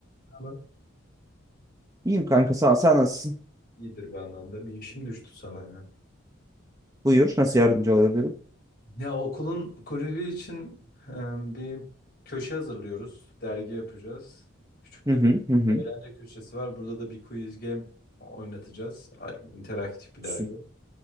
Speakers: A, on the left (about 45°); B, on the right (about 15°).
A: Ama
B: İyiyim kanka sağ ol. Sen nasılsın?
A: iyidir bu anlamda. Bir işim düştü sana ya.
B: Buyur. Nasıl yardımcı olabilirim?
A: Ya okulun kulübü için e, bir köşe hazırlıyoruz. Dergi yapacağız. Küçük
B: Hı
A: de
B: hı
A: bir
B: hı hı.
A: eğlence köşesi var. Burada da bir quiz game oynatacağız. Ay- interaktif bir dergi.
B: Sü-